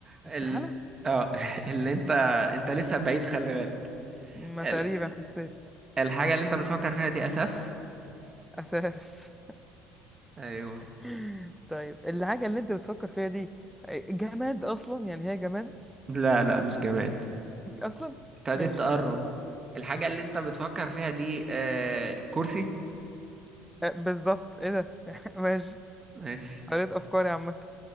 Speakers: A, on the right; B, in the centre.
A: ال...
B: استحاله
A: اه <laughs> اللي انت انت لسه بعيد خلي بالك
B: ما
A: ال...
B: تقريبا حسيت
A: الحاجة اللي انت بتفكر فيها دي اساس
B: اساس
A: ايوه
B: <laughs> طيب الحاجه اللي انت بتفكر فيها دي آه، جماد اصلا يعني هي جماد
A: لا لا مش جماد
B: اصلا
A: ابتديت
B: ماشي
A: تقرب الحاجة اللي انت بتفكر فيها دي آه... كرسي
B: آه بالظبط ايه ده <laughs> ماشي
A: ماشي
B: قريت افكاري عامه